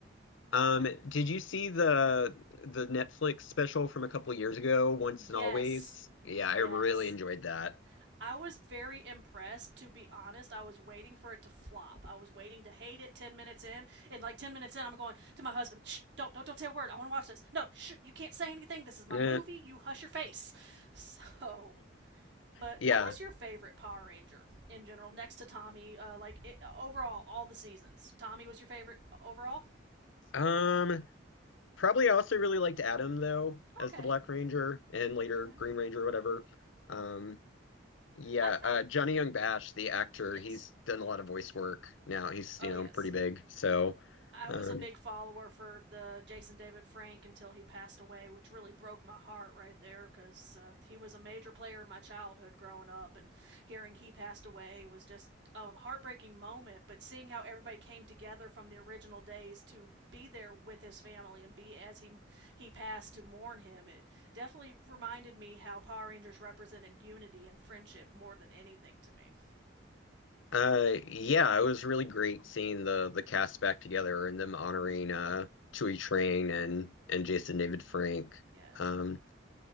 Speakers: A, on the left (about 85°); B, on the right (about 65°).
A: um, did you see the the Netflix special from a couple years ago, Once
B: yes,
A: and Always?
B: yes.
A: Yeah, I really enjoyed that.
B: I was very impressed, to be honest. I was waiting for it to flop. I was waiting to hate it 10 minutes in. And like 10 minutes in, I'm going to my husband, shh, don't, don't, don't say a word. I want to watch this. No, shh, you can't say anything. This is my
A: <laughs>
B: movie. You hush your face. So, but
A: Yeah.
B: what was your favorite Power Ranger in general, next to Tommy? Uh, like it, overall, all the seasons. Tommy was your favorite overall?
A: Um, Probably I also really liked Adam though as
B: Okay,
A: the Black Ranger and later
B: okay.
A: Green Ranger, whatever. Um, yeah,
B: I found,
A: uh, Johnny Young Bash, the actor,
B: yes.
A: he's done a lot of voice work now. He's,
B: Oh,
A: you know,
B: yes.
A: pretty big. So,
B: I
A: um,
B: was a big follower for the Jason David Frank until he passed away, which really broke my heart right there because uh, he was a major player in my childhood growing up, and hearing he passed away was just a heartbreaking moment. But seeing how everybody came together from the original days to be there with his family and be as he he passed to mourn him, it definitely reminded me how Power Rangers represented unity and friendship more than anything to me.
A: uh, yeah, it was really great seeing the the cast back together and them honoring uh Chewie Train and and Jason David Frank.
B: Yes,
A: Um,